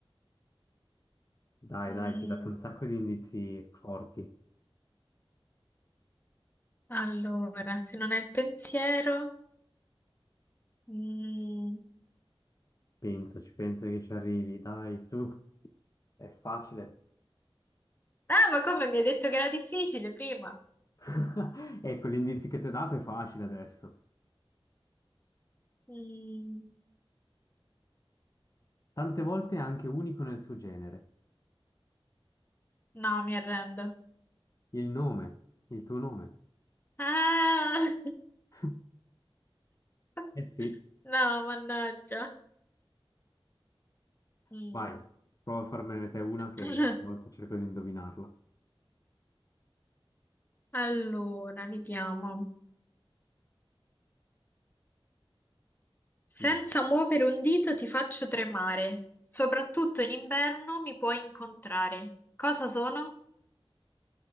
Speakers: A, on the left; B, on the left.
A: dai,
B: mm,
A: dai, ti ho dato un sacco di indizi forti,
B: allora, se non è il pensiero... mm.
A: pensaci, pensa che ci arrivi, dai, su, è facile.
B: Ah, ma come mi hai detto che era difficile prima?
A: <laughs> Ecco, l'indizio che ti ho dato è facile adesso.
B: Mm,
A: Tante volte è anche unico nel suo genere.
B: no, mi arrendo.
A: Il nome, il tuo nome.
B: Ah!
A: <laughs>
B: <laughs>
A: Eh sì,
B: No, mannaggia. Mm.
A: vai, prova a farmene te una
B: <clears throat>
A: che una volta cerco di indovinarla.
B: Allora, vediamo. Senza
A: Dai.
B: muovere un dito ti faccio tremare. Soprattutto in inverno mi puoi incontrare. Cosa sono?